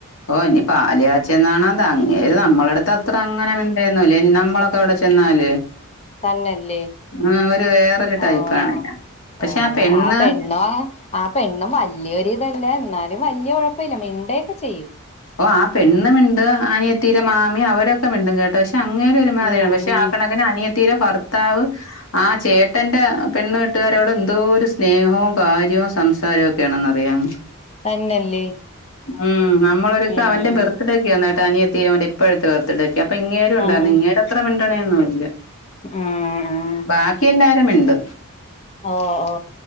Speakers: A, on the left; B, on the left.
A: ഓ ഇനി പാല്കാച്ച് എന്നാണോ എന്തോ അങ്ങേര് നമ്മടെ അടുത്ത് അത്ര അങ്ങനെ മിണ്ടെന്നുല്ല നമ്മളൊക്കെ അവിടെ ചെന്നാല്
B: തന്നെല്ലേ
A: ആഹ് ഒരു വേറൊരു ടൈപ്പാണ്
B: ആ ആ
A: പക്ഷെ
B: ആ
A: പെണ്ണ്
B: ആ പെണ്ണും ആ പെണ്ണും വെല്യൊരിതല്ല എന്നാലും വലിയ കുഴപ്പമില്ല മിണ്ടുക്കെ ചെയ്യും
A: ഓ ആ പെണ്ണ് മിണ്ട് അനിയത്തി മാമി അവരൊക്കെ മിണ്ടും കേട്ടോ ക അങ്ങേര് ഒരുമാതിരിയാണ്
B: ഉം
A: പക്ഷെ
B: ഉം
A: ആ കണക്കിന് അനിയ ത്തീടെ ഭർത്താവ് ആ ചേട്ടന്റെ പെണ്ണ് വീട്ടുകാരോട് എന്തോ ഒരു സ്നേഹവും കാര്യവും സംസാരവും ഒക്കെയാണെന്ന് അറിയോ
B: തന്നല്ലേ
A: ഉം നമ്മളൊരുസം
B: ഉം
A: അവന്റെ
B: ഉം
A: ബർത്ത്ഡേയ്ക്ക് ചെ നിയത്തി അവന്റെ ഇപ്പഴത്തെ ബർത്ത്ഡേക്ക് അപ്പം ഇങ്ങേരും ഉണ്ടായിരുന്നു
B: ആ ഉം
A: ഇങ്ങേരത്ര മി ട്ടണെന്നുല്ല
B: ഉം
A: ബാക്കി എന്നാ ക്കെ മിണ്ടും
B: ഓ ഓ